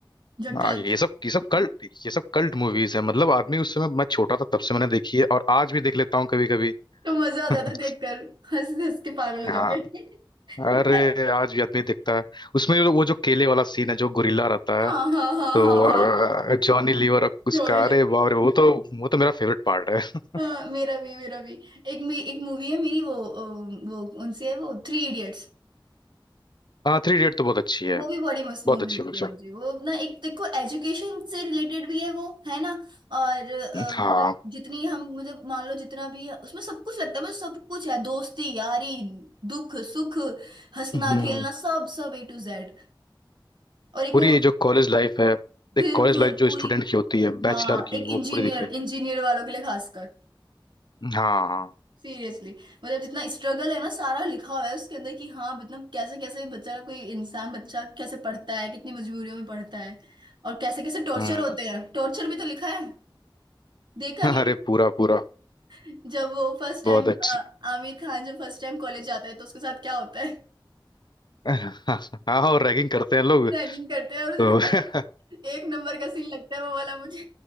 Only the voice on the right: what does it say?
झकास
तो मजा आता
था देखकर हंस हंस के पागल हो
जाओगे
<laughs>
हाँ
हाँ हाँ
हाँ हाँ
जोड़ी
हाँ, मेरा भी मेरा भी एक मे, एक मूवी है मेरी वो अ, वो कौन सी है वो थ्री इडियट्स
वो भी बड़ी मस्त मूवी
लगती
है मुझे वो ना एक देखो एजुकेशन से रिलेटेड भी है वो है ना और अ,
मतलब जितनी हम मतलब मान लो जितना भी है उसमें सब कुछ लगता है मतलब सब कुछ है दोस्ती यारी दुख सुख हंसना
खेलना सब सब ए टू जेड और एक
वो
बिल्कुल
पूरी
हाँ
एक
इंजीनियर
इंजीनियर वालों के लिए खासकर
सीरियसली मतलब जितना स्ट्रगल है ना सारा लिखा हुआ है उसके अंदर कि हाँ मतलब कैसे कैसे बच्चा कोई इंसान बच्चा कैसे पढ़ता है कितनी मजबूरियों में पढ़ता है और कैसे कैसे टॉर्चर
होते हैं टॉर्चर भी तो लिखा है देखा
नहीं
है जब वो फर्स्ट टाइम
आमिर खान जब फर्स्ट टाइम कॉलेज जाता है तो उसके साथ क्या होता है
रैगिंग करते हैं और उसे
अरे एक नंबर का सीन लगता है वो वाला मुझे